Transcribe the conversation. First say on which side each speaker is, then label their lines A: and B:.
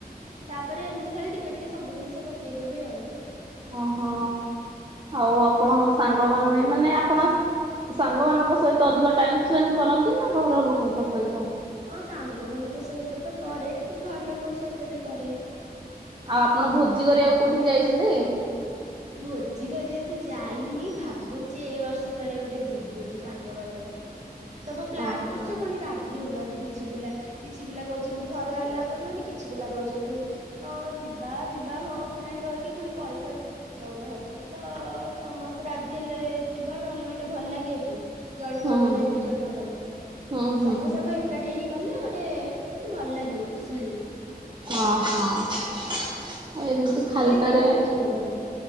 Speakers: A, on the right; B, on the right.
A: ତାପରେ ଏମିତି ଖାଲି ଟିକେ ଟିକେ ସବୁ ଜିନିଷ ପକେଇଦେବି ଆଉ।
B: ଓହୋ ଆଉ ଆପଣ ସାଙ୍ଗମାନେ ମାନେ ଆପଣ ସାଙ୍ଗମାନାନଙ୍କ ସହିତ ଅଧିକ ଟାଇମ ସ୍ପେଣ୍ଡ କରନ୍ତି ନା ଘର ଲୋକଙ୍କ ସହିତ।
A: ହଁ ସାଙ୍ଗ ମାନଙ୍କ ସହିତ ତ କରେ ଘର ଲୋକଙ୍କ ସହିତ ବି କରେ।
B: ଆଉ ଆପଣ ଭୋଜି କରି ଆଉ କୋଉଠିକି ଯାଇଛନ୍ତି।
A: ଭୋଜି କରିବାକୁ ଯାଇନି ଭାବୁଛି ଏଇ ବର୍ଷ କୁଆଡେ ଗୋଟେ ଯିବୁ ସାଙ୍ଗମାନେ। ସବୁ ପ୍ଲାନ୍
B: ଓହୋ
A: କରୁଛୁ ପୁଣି ରାଜ ଜି ହଉନାହାନ୍ତି କିଛି ପିଲା କିଛି ପିଲା କହୁଛନ୍ତି ଘରେ ଆଲା କରିବୋନି କିଛି ପିଲା କହୁଛନ୍ତି ହଁ ଜ ଯିବା ଯିବା ହଁ ନାଇଁ କହକି ପୁଣି ପଇସା କ ଦଉନାହାନ୍ତି ତ ସମସ୍ତେ ରାଜି ହେଲେ ଯିବା ନହେଲେ ଗୋଟେ ଭଲ ଲାଗିବ କି। ଜଣେ
B: ହୁଁ
A: ନ ଗଲେ
B: ହୁଁ।
A: ଦି ଜଣ ନ ଗଲେ
B: ହୁଁ ହୁଁ
A: ସବୁ ସାଙ୍ଗ ଏକାଠି ହେଇକି ଗଲେ ଗୋଟେ ଭଲ ଲାଗିବ ଖୁସି ଲାଗିବ।
B: ଓ ହୋ। ଆଉ ଏମିତି
A: ସେଥିପାଇଁ
B: ଖାଲଟାରେ
A: କେହି ରାଜି ହଉନାହାନ୍ତି